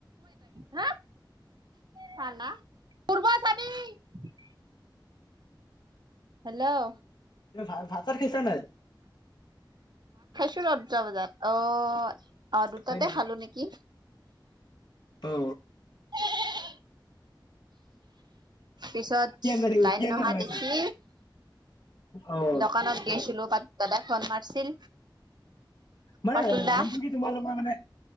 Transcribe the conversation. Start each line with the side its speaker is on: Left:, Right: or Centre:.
Right: না চ ন প চাবি <unintelligible> হেল্ল'
Left: তুমি ভা ভাত চাট খাইছা নাই?
Right: কিবা দুটা বজাত অ অ দুটাতে
Left: হয়
Right: খালো নেকি।
Left: অ
Right: <unintelligible> পিছত
Left: কি আঞ্জা দি
Right: লাইন
Left: কি আঞ্জা
Right: নহা
Left: বনাইছা?
Right: দেখি
Left: অ',
Right: দোকানত গৈছিলো বা দাদাই ফোন মাৰছিল
Left: মানে
Right: পাতুল দা
Left: লাইনটো কি তোমালোকৰ মানে